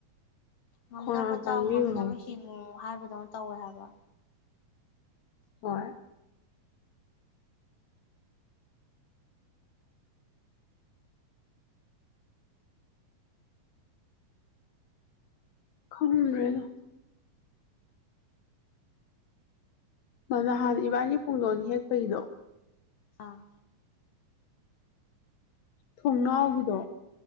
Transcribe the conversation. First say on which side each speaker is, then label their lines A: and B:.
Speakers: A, on the left (about 50°); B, on the left (about 65°).
A: ꯉꯝꯅꯕ
B: ꯈꯣꯡꯅꯥꯡ
A: ꯆꯥꯎ
B: ꯄꯥꯝꯕꯤꯒ
A: ꯉꯝꯅꯕ
B: ꯍꯧ
A: ꯍꯤꯡꯉꯨ ꯍꯥꯏꯕ ꯗꯧꯅ ꯇꯧꯋꯦ ꯍꯥꯏꯕ
B: ꯍꯣꯏ ꯈꯪꯗ꯭ꯔꯦꯗ ꯃ ꯅꯍꯥꯟ ꯏꯕꯥꯅꯤ ꯄꯨꯡꯗꯣꯟ ꯍꯦꯛꯄꯩꯗꯣ
A: ꯑꯥ
B: ꯊꯣꯡꯅꯥꯎꯒꯤꯗꯣ